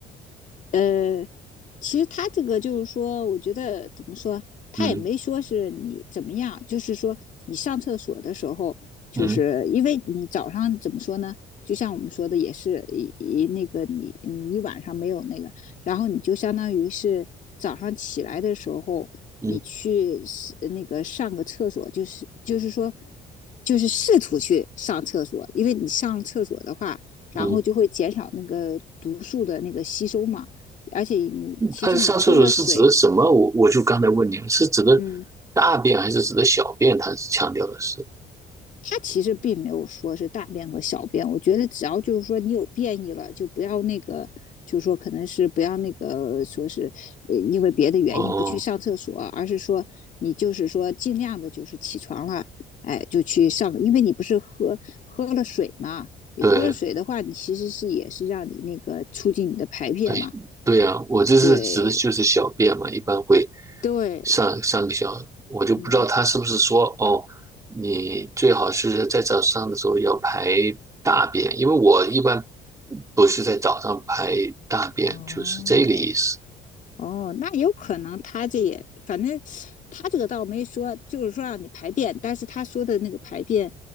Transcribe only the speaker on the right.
嗯
嗯
嗯
嗯，
他上厕所是指的什么？我我就刚才问你了，是指的
大便还是指的小便？他强调的是，
哦，
对，
哎，对呀，我这是指的就是小便嘛，
一般会
上上个小，我就不知道他是不是说哦，
你最好是在早上的时候要排大便，因为我一般不是在早上排大便，
就是这个意思。